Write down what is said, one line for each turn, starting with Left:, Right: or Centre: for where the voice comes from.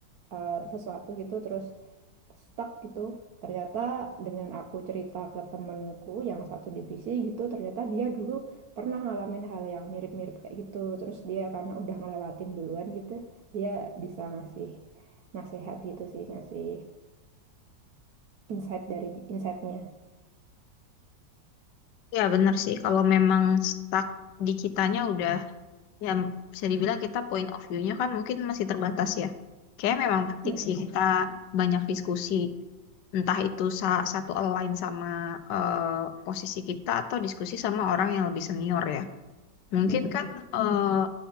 Right: eh, sesuatu gitu, terus stuck gitu. Ternyata dengan aku cerita ke temenku yang satu divisi gitu, ternyata dia dulu pernah ngalamin hal yang mirip-mirip kayak gitu. Terus dia karena udah ngelewatin duluan gitu, dia bisa ngasih nasehat gitu sih, ngasih insight dari insightnya.
Left: ya benar sih kalau memang stuck di kitanya udah ya bisa dibilang kita point of view-nya kan mungkin masih terbatas ya. Kayak memang penting
Right: Mm-mm.
Left: sih kita banyak diskusi, entah itu sa- satu align sama eh, posisi kita atau diskusi sama orang yang lebih senior ya. Mungkin
Right: Mm-mm.
Left: kan eh,